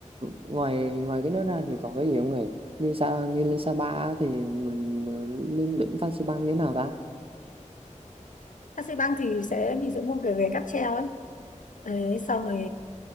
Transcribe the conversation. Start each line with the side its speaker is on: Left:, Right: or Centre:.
Right: ngoài ngoài cái đó ra thì còn cái gì không hề như sao như lên Sapa á thì mình ờ, lên đỉnh Phan Xi Păng như thế nào ta
Left: taxi băng thì sẽ mình sẽ mua cái vé cáp treo ấy đấy, xong rồi